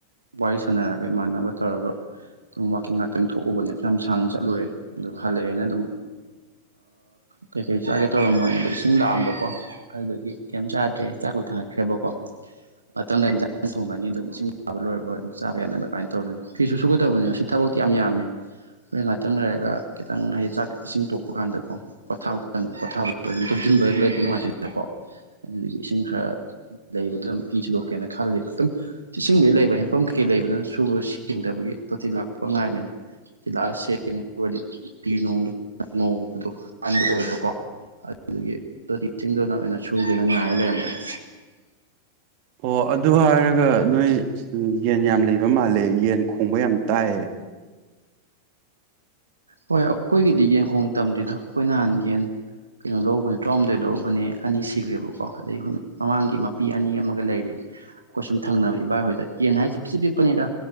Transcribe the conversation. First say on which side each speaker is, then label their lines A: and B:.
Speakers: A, on the right (about 80°); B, on the right (about 45°).
A: ꯋꯥꯔꯤ ꯁꯥꯟꯅꯔꯒ ꯏꯃꯥꯟꯅꯕ ꯇꯧꯔꯒ ꯑꯗꯨꯝ ꯋꯥꯋꯀꯤꯡ ꯉꯥꯛꯇꯪ ꯊꯣꯛꯎꯕꯅꯦ ꯃ ꯁꯥꯡꯅ ꯆꯠꯂꯨꯔꯦ ꯑꯗꯨꯒ ꯍꯜꯂꯛꯑꯦꯅ ꯑꯗꯨꯝ ꯀꯩꯀꯩ ꯆꯥꯒꯦ ꯇꯧꯔꯝꯃꯣꯏꯅꯦ ꯑꯗꯣ ꯏꯁꯤꯡ ꯂꯥꯛꯑꯝꯕꯀꯣ ꯑꯗꯨꯗꯒꯤ ꯀꯩꯝ ꯆꯥꯗ꯭ꯔꯦ ꯊꯥꯈ꯭ꯔꯦꯕꯀꯣ ꯃꯗ ꯌꯦꯟꯖꯥꯡ ꯊꯣꯡꯒꯅꯤ ꯑꯗꯨꯝ ꯏꯁꯤꯡ ꯆꯥꯕ ꯂꯣꯏ ꯑꯗꯨꯝ ꯆꯥ ꯌꯥꯅꯕ ꯑꯗꯨꯃꯥꯏꯅ ꯇꯧꯗꯣꯏꯅꯤ ꯐꯤ ꯁꯨ ꯁꯨꯒꯗꯕꯅꯦ ꯉꯁꯤ ꯊꯕꯛꯇꯤ ꯌꯥꯝ ꯌꯥꯝꯃꯦ ꯍꯣꯔꯣꯏ ꯉꯥꯛꯇꯪ ꯂꯩꯔꯒ ꯈꯤꯇꯪ ꯍꯥꯏꯗꯤ ꯆꯥꯛ ꯏꯁꯤꯡ ꯇꯣꯛꯄ ꯀꯥꯟꯗꯀꯣ ꯄꯣꯊꯥꯕ ꯃꯇꯝꯗ ꯄꯣ ꯑꯗꯨ ꯑꯟꯕꯗ ꯂꯩꯕ ꯅꯨꯡꯉꯥꯏꯁꯤꯗꯅꯀꯣ ꯑꯗꯨꯗꯒꯤ ꯏꯁꯤꯡ ꯈꯔ ꯂꯩꯕ ꯑꯗꯨꯝ ꯍ ꯁꯨꯗꯣꯛꯀꯦꯅ ꯈꯜꯂꯤꯕ ꯑꯗꯨꯝ ꯏꯁꯤꯡꯕꯨꯗꯤ ꯂꯩꯕ ꯍꯦꯟꯐꯝ ꯀꯩꯩ ꯀ ꯂꯩꯕꯅꯤꯅ ꯁꯨꯕꯗ ꯁꯦꯡꯗꯕꯒꯤ ꯇꯣꯇꯤ ꯂꯥꯛꯄ ꯉꯥꯏꯕꯅꯤꯅ ꯁꯤ ꯂꯥꯛꯑꯒ ꯁꯦꯡꯉꯔꯗꯤ ꯐꯤꯅꯨꯡꯗꯨ ꯉꯧꯕꯗꯣ ꯄꯥꯟꯕꯥꯟꯕ ꯑꯣꯏꯕꯀꯣ ꯑꯗꯨꯒꯤ ꯇꯣꯇꯤꯁꯤꯡꯗꯨꯅ ꯑꯣꯏꯅ ꯁꯨꯗꯅ ꯉꯥꯏꯔ ꯂꯩꯔꯝꯕꯅꯤ
B: ꯑꯣ ꯑꯗꯨ ꯍꯥꯏꯔꯒ ꯅꯣꯏ ꯌꯦꯟ ꯌꯥꯝ ꯂꯩꯕ ꯃꯥꯜꯂꯦ ꯌꯦꯟ ꯈꯣꯡꯕ ꯌꯥꯝ ꯇꯥꯏꯌꯦ
A: ꯍꯣꯏ ꯑꯩꯈꯣꯏꯒꯤꯗꯤ ꯌꯦꯟꯈꯣꯡ ꯇꯝꯗꯗ ꯑꯩꯈꯣꯏ ꯅꯍꯥꯟ ꯌꯦꯟ ꯀꯩꯅꯣ ꯂꯧꯕꯅꯦ ꯇꯔꯥꯍꯨꯝꯗꯣꯏ ꯂꯧꯕꯅꯦ ꯑꯅꯤ ꯁꯤꯈ꯭ꯔꯦꯕꯀꯣ ꯑꯗꯩ ꯃꯃꯥꯡꯒꯤ ꯃꯄꯤ ꯑꯅꯤ ꯑꯃꯒ ꯂꯩꯔꯦ ꯑꯩꯈꯣꯏ ꯁꯨꯝ ꯊꯪꯅꯕ ꯏꯕꯥꯏ ꯍꯣꯏꯗ ꯌꯦꯟ ꯍꯥꯏꯁꯦ ꯄꯤꯛꯁꯤ ꯄꯤꯛꯄꯅꯤꯗ